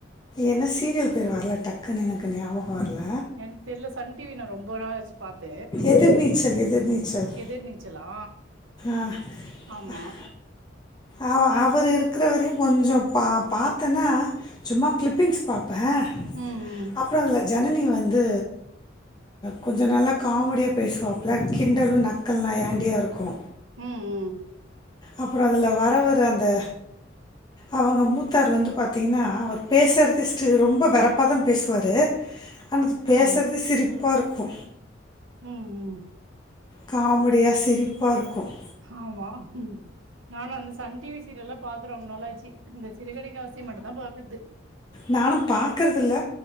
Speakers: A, on the left; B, on the right.
A: என்ன சீரியல் பேரு வர்ல டக்குன்னு எனக்கு ஞாபக வரல
B: எனக்கு தெரில சன் டிவி ந ரொம்ப நாளாச்சு பாத்தே
A: எதிர்நீச்சல் எதிர்நீச்சல்
B: எதிர் நீச்சலா
A: ஆ
B: ஆமா
A: அவ அவர் இருக்கிறவரையு கொஞ்சொ பா பாத்தனா சும்மா கிளிப்பிங்ஸ் பாப்பே
B: ம் ம்
A: அப்ற அதுல ஜனனி வந்து கொஞ்ச நல்லா காமெடியா பேசுவாப்பல கிண்டலு நக்கல் நய்யாண்டியா இருக்கு
B: ம் ம்
A: அப்பற அதுல வரவரு அந்த அவங்க மூத்தார் வந்து பாத்தீங்கன்னா அவர் பேசுறதே ஸ்ட் ரொம்ப வெரப்பா தா பேசுவாரு ஆனா அது
B: ம்
A: பேசுறதே சிரிப்பா இருக்கு
B: ம்ம்
A: காமெடியா சிரிப்பா ர்க்கும்
B: ஆமா நானு அந்த சன் டிவி சீரியல்லா பாத்து ரொம்ப நாளுச்சு இந்த சிறுகதை காசி மட்டுதா பாக்கற்து
A: நானும்பா க்கிறதில்ல